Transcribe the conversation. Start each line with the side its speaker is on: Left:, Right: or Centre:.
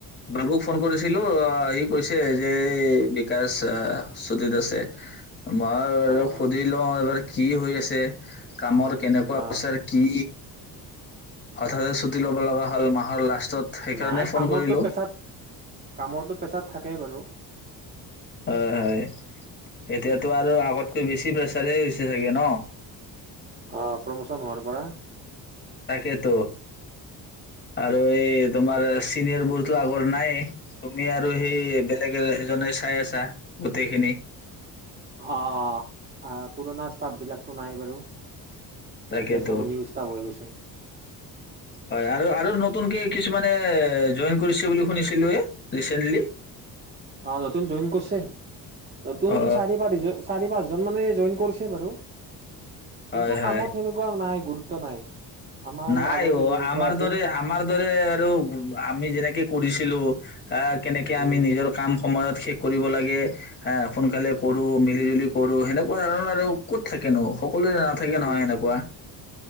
Left: বাবুক ফোন কৰিছিলো আহ সি কৈছে যে এই বিকাশ আহ শ্ৰুতি দাসে মই আৰু
Right: অ
Left: সুধি
Right: অ
Left: লওঁ কি হৈ আছে কামৰ কেনেকুৱা
Right: অ
Left: পচাৰ কি সাত হাজাৰ ছুটি লব লগা হ'ল মাহৰ লাস্তত সেই কাৰণে
Right: নাই
Left: ফোন
Right: কামৰটো
Left: কৰিলো।
Right: পেছাত কামৰটো পেছাত থাকেই বাৰু
Left: হয়, হয় এতিয়াতো আৰু আগত কৈ বেছি প্ৰেছাৰ হৈছে চাগে ন
Right: অ প্ৰমোচন হোৱাৰ পৰা
Left: তাকেতো আৰু ঐ তোমাৰ চিনিয়ৰ বোৰতো আগৰ নাইে তুমি আৰু সেই বেলেগ এজনে চাই আছা গোটেইখিনি
Right: অ', পুৰণা ষ্টাফ বিলাকতো নাই বাৰু
Left: তাকেতো
Right: এতিয়া চব নিউ ষ্টাফ হৈ গৈছে
Left: হয় আৰু আৰু নতুনকে কিছুমানে জইন কৰিছে বুলি শুনিছিলো এ ৰিচেন্টলি
Right: আহ নতুন জইন কৰিছে নতুন
Left: অ
Right: চাৰে পাৰিছ জন চাৰি পাঁচজন মানে জইন কৰিছে বাৰু
Left: হয়
Right: কিন্তু
Left: হয়
Right: কামত সেনেকুৱা নাই গুৰুত্ব নাই আমাৰ
Left: নাই
Right: আগতে
Left: অ
Right: যেনেকুৱা
Left: আমাৰ
Right: আছিল
Left: দৰে আমাৰ দৰে আৰু আমি যেনেকে কৰিছিলো আহ কেনেকে
Right: উম,
Left: আমি নিজৰ কাম সময়ত শেষ কৰিব লাগে হ সোনকালে কৰো মিলি জুলি কৰো সেনেকুৱা ধৰণৰ আৰু ক'ত থাকেন সকলোৱ নাথাকে
Right: উম,
Left: নহয় এনেকুৱা